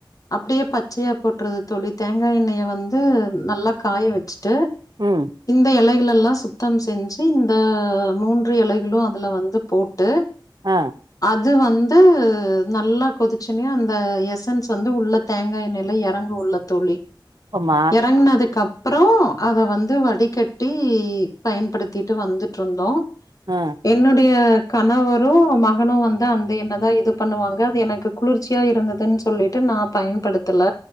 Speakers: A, on the left; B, on the right.
A: அப்பிடியே பச்சையா போட்டறது தோழி தேங்கா எண்ணெய வந்து நல்லா காய வெச்சுட்டு
B: ம்
A: இந்த இலைகளலெல்லா சுத்தம் செஞ்சி இந்த மூன்று இலைகளு அதுல வந்து போட்டு
B: ஆ
A: இது வந்து நல்லா கொதிச்சுனியா அந்த எசன்ஸ் வந்து உள்ள தேங்கா எண்ணெயில எறங்குள்ள தோழி
B: ஆமா
A: எறங்குனதுக்கப் அப்புறோ அத வந்து வ டி கட்டி பயன்படுத்திட்டு வந்துட்டு இருந்தோ
B: ஆ
A: என்னுடைய கணவரு மகனு வந்து அந்த எண்ணெதா இது பண்ணுவாங்க அது எனக்கு குளுர்ச்சியா இருந்ததுன் சொல்லிட்டு நா பயன்படுத்தல